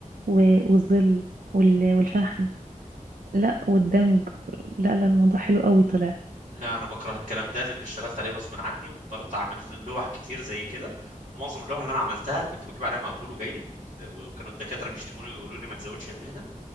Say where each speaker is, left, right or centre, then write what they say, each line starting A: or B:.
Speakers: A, on the right; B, on the right.
A: و- والظل وال- والفحم لا والدمج لا لا الموضوع حلو قوي طلع
B: لا انا بكره الكلام ده لان اشتغلت عليه غصب عني واضطريت اعمل لوح كتير زي كده ومعظم اللوح اللي انا عملتها كنت بجيب عليها مقبول وجيد وكانوا الدكاتره بيشتموني ويقولوا لي ما تزودش المهنه